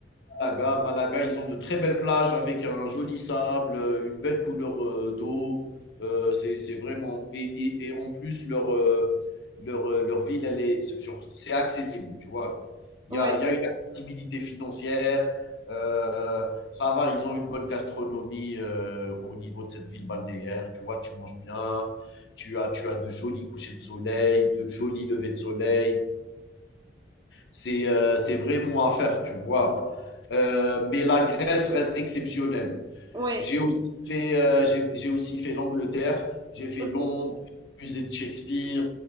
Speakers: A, on the left (about 75°); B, on the right (about 20°).
A: Malaga, Malaga, ils ont de très belles plages avec un joli sable, euh, une belle couleur euh, d'eau. Euh, c'est c'est vraiment. Et, et, et en plus, leur, euh, leur, euh, leur ville, elle est, c'est genre, c'est accessible, tu vois. Il
B: Ouais,
A: y a, il y a une accessibilité financière. euh, ça va, ils ont une bonne gastronomie euh, au niveau de cette ville balnéaire. Tu vois, tu manges bien. Tu as, tu as de jolis couchers de soleil, de jolis levées de soleil. C'est euh, c'est vraiment à faire, tu vois. Euh, mais la Grèce reste exceptionnelle.
B: ouais,
A: J'ai aussi fait euh, j'ai j'ai aussi fait l'Angleterre, j'ai fait
B: ok.
A: Londres, le musée de Shakespeare.